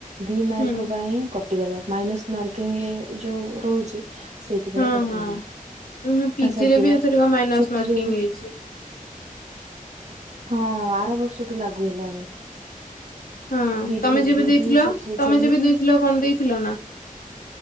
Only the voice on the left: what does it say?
ହୁଁ
ହଁ
ହଁ। ଉଁ ପିଜିରେ
ବି ଏଥରିକ ମାଇନସ
ମାର୍କିଂ
ହେଇଛି।
ହଁ
ତମେ ଯେବେ
ଦେଇଥିଲ,
ତମେ
ଯେବେ ଦେଇଥିଲ କଣ ଦେଇଥିଲ ନା?